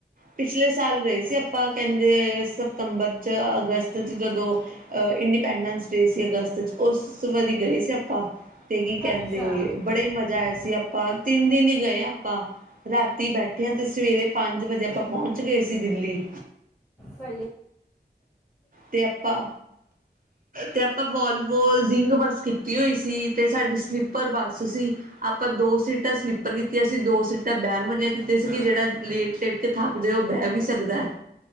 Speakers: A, on the right; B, on the left.
A: ਪਿਛਲੇ ਸਾਲ ਗਏ ਸੀ ਆਪਾਂ ਕਹਿੰਦੇ ਸਤੰਬਰ ਚ ਅਗਸਤ 'ਚ ਜਦੋਂ ਅ ਇੰਡੀਪੈਂਡੈਂਸ ਸੀ ਅਗਸਤ ਚ ਉਸ ਵਾਰੀ ਗਏ ਸੀ ਆਪਾਂ ਤੇ ਕੀ ਕਹਿੰਦੇ
B: ਅੱਛਾ ਸਹੀ
A: ਬੜਾ ਈ ਮਜ਼ਾ ਆਇਆ ਸੀ। ਸੀ ਆਪਾਂ ਤਿੰਨ ਦਿਨ ਈ ਗਏ ਆਪਾਂ। ਰਾਤੀ ਬੈਠਿਆਂ ਤੇ ਸਵੇਰੇ ਪੰਜ ਵਜੇ ਆਪਾਂ ਪਹੁੰਚ ਗੇ ਸੀ ਦਿੱਲੀ।
B: ਸਹੀ ਏ।
A: ਤੇ ਆਪਾਂ, ਤੇ ਆਪਾਂ ਵੋਲਵੋ ਜਿੰਗ ਬੱਸ ਕੀਤੀ ਹੋਈ ਸੀ ਤੇ ਸਾਡੀ ਸਲੀਪਰ ਬੱਸ ਸੀ ਆਪਾਂ ਦੋ ਸੀਟਾਂ ਸਲੀਪਰ ਕੀਤੀਆਂ ਸੀ ਦੋ ਸੀਟ ਤਾਂ ਬਹਿਣ ਵਾਲੀਆਂ ਕੀਤੇ ਸੀ ਕਿ ਜਿਹੜਾ ਲੇਟ-ਲੇਟ ਕੇ ਥੱਕ ਜੇ ਉਹ ਬਹਿ ਵੀ ਸਕਦਾ ਐ।